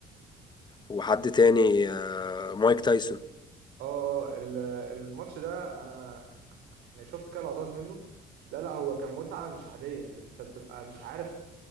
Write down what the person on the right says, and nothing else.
اه اه ال- الماتش ده انا يعني شفت كده لقطات منه لا لا هو كان متعة مش عادية يعني انت بتبقى مش عارف